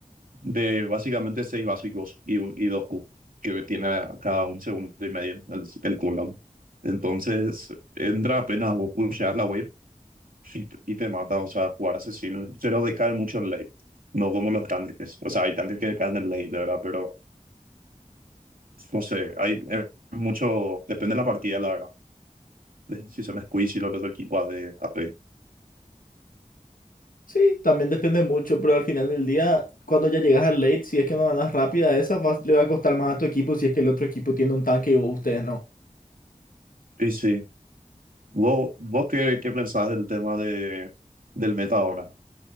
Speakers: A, on the right; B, on the left.
A: de básicamente seis básicos y, un, y dos Q, que tiene cada un segundo y medio el, el cooldown. Entonces, entra apenas vos pusheas la wave y, y te mata. O sea, jugar asesino se nos decae mucho en late, no como los tanques. O sea, hay tanques que decaen en late, de verdad, pero no sé, hay es mucho, depende de la partida, la verdad. De Si son squeeze y los otro equipo A de AP.
B: Sí, también depende mucho, pero al final del día, cuando ya llegas al late, si es que no ganas rápida, esa vas- le va a costar más a tu equipo si es que el otro equipo tiene un tanque y ustedes no.
A: Y sí, sí. vos, vos qué, qué pensás del tema de, del meta ahora?